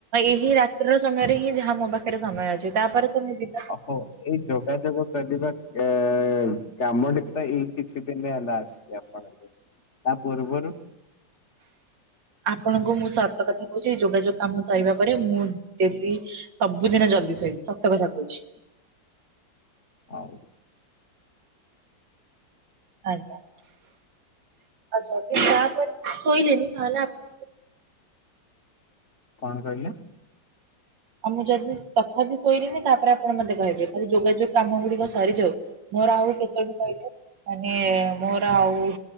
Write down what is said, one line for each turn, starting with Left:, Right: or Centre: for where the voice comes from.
Right: ଏହି ରାତ୍ର ସମୟରେ ହିଁ ଯାହା ମୋ ପାଖରେ ସମୟ ଅଛି ତାପରେ ତ ମୁଁ ଜି
Left: ଓହୋ ଏଇ ଯୋଗାଯୋଗ କରିବା ଏ କା କାମଟି ପା ଏଇ କିଛି ଦିନ ହେଲା ଆସିଛି ଆପଣଙ୍କୁ ତା ପୂର୍ବରୁ।
Right: ଆପଣଙ୍କୁ ମୁଁ ସତ କଥା କହୁଚି ଏଇ ଯୋଗାଯୋଗ କାମ ସାରିବା ପରେ ମୁଁ ଡେଲି ସବୁଦିନ ଜଲ୍ଦି ସୋଇବି ସତ କଥା କହୁଚି।
Left: ହଉ।
Right: ଆଜ୍ଞା ଆଉ ଯଦି ତାପରେ ଶୋଇଲିନି ତାହେଲେ ଆପ
Left: କଣ କହିଲେ?
Right: ଆଉ ମୁଁ ଯଦି ତଥାପି ଶୋଇଲିନି ତାପରେ ଆପଣ ମତେ କହିବେ ଖାଲି ଯୋଗାଯୋଗ କାମ ଗୁଡିକ ସରିଯାଉ। ମୋର ଆଉ କେତୋଟି କହିଲେ ମାନେ ମୋର ଆଉ